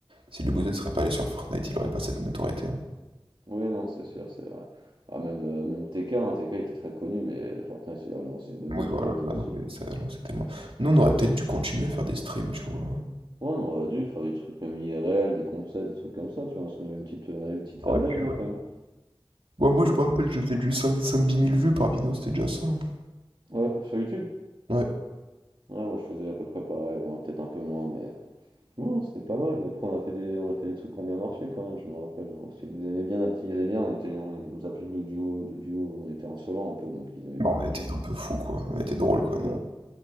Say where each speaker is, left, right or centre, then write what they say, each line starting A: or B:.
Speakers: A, on the right (about 75°); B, on the right (about 55°).
A: Si le
B: Hmm.
A: bouseux serait pas allé sur Fortnite, il aurait pas cette notoriété. hein.
B: Oui, non, c'est sûr, c'est vrai. Ah, même, euh, même TK, hein, TK était très connu, mais Fortnite, il a relancé une bonne
A: Oui,
B: notoriété
A: voilà. Bah
B: aussi.
A: non, mais ça, non, c'est tellement. Nous, on aurait peut-être dû continuer à faire des streams, tu vois.
B: Ouais, on aurait dû faire des trucs même IRL, des concepts, des trucs comme ça, tu vois, parce qu'on avait une petite, on avait une petite
A: On
B: fanbase
A: aurait pu, ouais.
B: hein, quand même.
A: Bon, moi, je
B: hein. Ouais,
A: me rappelle,
B: parce
A: je
B: que-
A: faisais du 5 dix mille vues par vidéo, c'était déjà ça. hein.
B: ouais, pour- sur YouTube.
A: Ouais.
B: Ouais, moi je faisais à peu près pareil, bon, peut-être un peu moins, mais bon, c'était pas mal. Et après, on a fait des, on a fait des trucs qui ont bien marché quand même, je me rappelle. hein, Parce qu'ils nous aimaient bien, ils nous aimaient bien, on était, on- ils nous appelaient le duo, du duo, on était insolents un peu, donc ils aimaient bien
A: Bon,
B: les.
A: on était un peu fous, quoi. On était drôles, quoi,
B: Voilà,
A: nous.